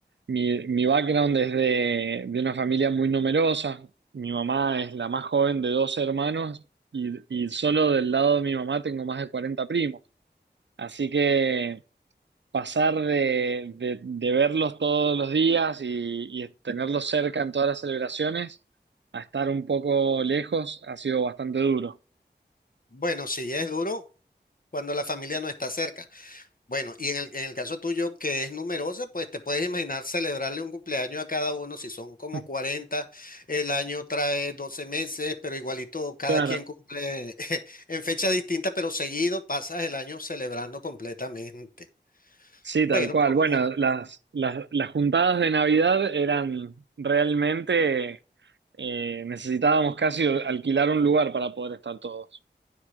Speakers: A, on the right (about 80°); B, on the left (about 50°).
A: mi, mi background es de, de una familia muy numerosa. Mi mamá es la más joven de dos hermanos y, y solo del lado de mi mamá tengo más de 40 primos. Así que pasar de, de- de verlos todos los días y, y tenerlos cerca en todas las celebraciones a estar un poco lejos ha sido bastante duro.
B: Bueno, sí, es duro cuando la familia no está cerca. Bueno, y en el, en el caso tuyo, que es numerosa, pues te puedes imaginar celebrarle un cumpleaños a cada uno. Si son
A: <laughs>
B: como 40. el año trae 12 meses, pero igualito cada
A: Claro,
B: quien cumple <laughs> en fecha distinta, pero seguido pasas el año celebrando completamente.
A: sí,
B: Bueno,
A: tal cual.
B: pero como,
A: Bueno, las, las, las juntadas de Navidad eran realmente, eh, necesitábamos casi alquilar un lugar para poder estar todos.